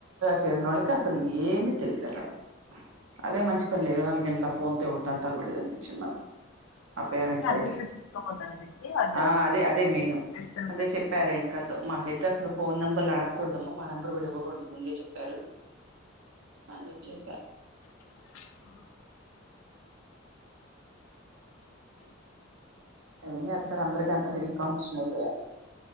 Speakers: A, on the right; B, on the left.
A: చేర్నళ్ళకి అసలు ఏమి తెలియదు అక్కడ అదే మంచి పనులే ఇరవై నాలుగు గంటల ఆ ఫోన్ త ఎడుతంటాలు పడిది అనిపించింది నాకు అ పరెం తోటి
B: అడ్మిషన్స్ తీసుకోపోతారనేసి వాళ్ళు
A: ఆ అదే అది నేను
B: తెలిసే ఉండొచ్చు
A: అదే చెప్పా రేణుకతో మాకైతే అస అసలు ఫోన్ నెంబర్లు అడగకూడదమ్మా మా నెంబర్ కూడా ఇవ్వకూడదు ముందే చెప్పారు ఆ చెప్పి చెప్ప
B: అ
A: అ జెతారు అందరిక అంత హెవి కాంపిషన్ అవుపోయా